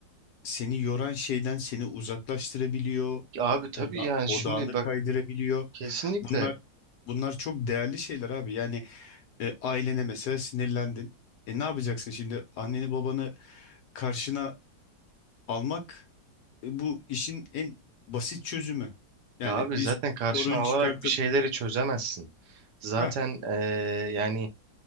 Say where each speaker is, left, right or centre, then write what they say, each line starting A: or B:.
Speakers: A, on the left; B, on the right.
A: seni yoran şeyden seni uzaklaştırabiliyor.
B: Ya Abi tabii
A: Oda,
B: yani
A: odağını
B: şimdi bak
A: kaydırabiliyor.
B: kesinlikle
A: Bunlar bunlar çok değerli şeyler abi. Yani e, ailene mesela sinirlendin. E ne yapacaksın şimdi? Anneni babanı karşına almak e, bu işin en basit çözümü. Yani
B: ya abi
A: bir
B: zaten karşına
A: sorun
B: alarak
A: çıkartıp
B: bir şeyleri çözemezsin. Zaten
A: Heh,
B: eee, yani